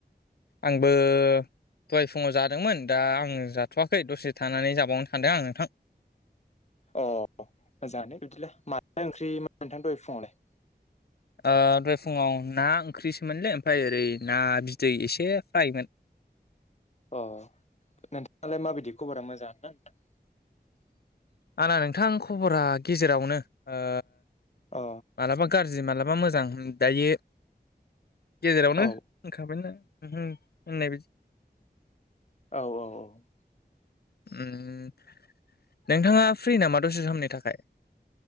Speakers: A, on the left; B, on the left.
A: आंबो दहाय फुङाव जादोंमोन दा आङो जाथ'वाखै दसे थानानै जाबावनो सानदों आं नोंथां
B: अह मोजाङानो बिदिब्ला माथो ओंख्रि मोन नोंथां दहाय फुङावलाय
A: ओ दहाय फुङाव ना ओंख्रिसोमोनलै ओमफ्राय ओरै ना बिदै एसे फ्रायमोन
B: अह नोंथाङालाय माबायदि खबरा मोजाङानो ना
A: आंना नोंथां खबरा गेजेरावनो ओ
B: अ
A: मालाबा गाज्रि मालाबा मोजां हों दायो गेजेरावनो
B: औ
A: <unintelligible>
B: औ औ औ
A: ओम नोंथाङा फ्रि नामा दसे समनि थाखाय <unintelligible>